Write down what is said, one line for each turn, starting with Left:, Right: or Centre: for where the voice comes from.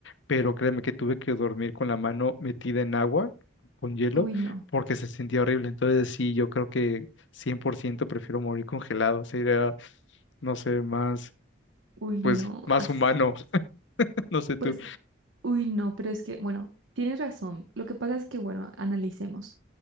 Left: pero créeme que tuve que dormir con la mano metida en agua, con hielo,
Right: Uy, no,
Left: porque se sentía horrible. Entonces sí, yo creo que 100% prefiero morir congelado, sería, no sé, más,
Right: uy,
Left: pues,
Right: no.
Left: más
Right: <laughs> así
Left: humano,
Right: que-
Left: <laughs> no sé
Right: pues,
Left: tú.
Right: uy, no, pero es que, bueno, tienes razón. Lo que pasa es que, bueno, analicemos.